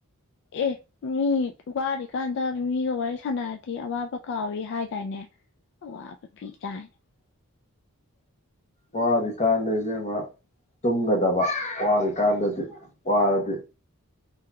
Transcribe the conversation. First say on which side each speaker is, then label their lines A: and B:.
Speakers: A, on the left; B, on the left.
A: ꯑꯦ ꯃꯤ ꯋꯥꯔꯤ ꯀꯥꯟꯗ ꯃꯤꯗꯣ ꯋꯥꯔꯤ ꯁꯥꯟꯅꯔ ꯗꯤ ꯑꯋꯥꯕ ꯀꯥꯎꯏ ꯍꯥꯏꯗꯥꯏꯅꯦ ꯑꯋꯥꯕ ꯄꯤ ꯀꯥꯏꯅ
B: ꯋꯥꯔꯤꯀꯥꯟꯗ ꯏꯕꯦꯃꯃꯥ ꯇꯨꯝꯒꯗꯕ ꯋꯥꯔꯤꯀꯥꯟꯗꯗꯤ ꯋꯥꯔꯗꯤ